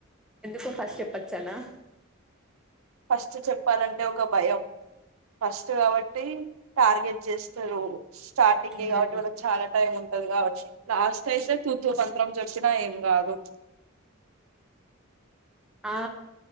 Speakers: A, in the centre; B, on the right.
A: ఎందుకు ఫస్ చెప్పచ్చు చనా
B: ఫస్ట్ చెప్పాలంటే ఒక భయం ఫస్ట్ గాబట్టి టార్గెట్ చేస్తారు స్టార్టింగ్
A: మ్మ్
B: కాబట్టి వాళ్నకి చాలా టైం ఉంటంది కాబట్టి లాస్ట్ అయితే మంత్రం జెప్పినా ఏం గాదు
A: ఆ